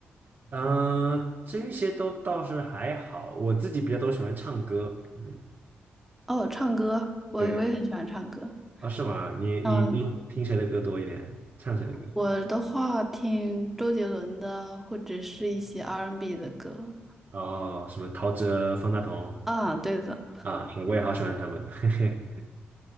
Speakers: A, on the right; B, in the centre.
A: 嗯、呃这些都倒是还好，我自己比较都喜欢唱歌，嗯，
B: 哦，唱歌，我我也很喜欢唱歌。
A: 对，啊，是吗？你你都听谁的歌多一点？
B: 嗯，
A: 唱谁的歌？
B: 我的话听周杰伦的，或者是一些 R&B n 的歌
A: 哦，什么陶喆、方大同
B: 啊，对的，
A: 啊，是我也好喜欢他们，<laughs> 嘿嘿，